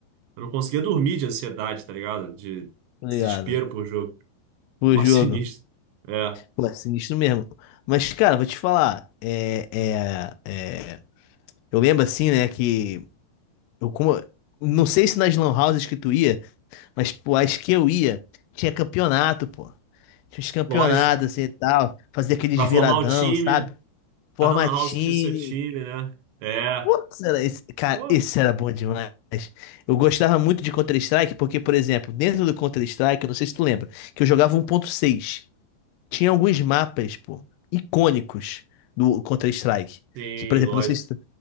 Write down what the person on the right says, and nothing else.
eu não conseguia dormir de ansiedade, tá ligado? De
desespero por jogo. <laughs>
Mal
sinistro. É,
lógico.
Pra
formar o time,
cada lan
house tinha o seu time, né? É.
Porra.
Sim,
lógico.